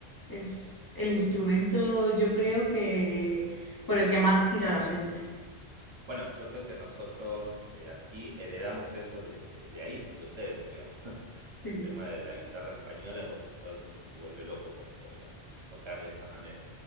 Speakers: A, on the left (about 30°); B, on the right (about 35°).
A: Es el instrumento, yo creo que por el que más tira la gente.
B: Bueno, yo creo que nosotros eh, aquí heredamos eso de, de- de ahí, de ustedes, digamos. <laughs>
A: Sí,
B: El tema de la guitarra española, como que todo el mundo se vuelve loco por eso, digamos, y tocar de esa manera.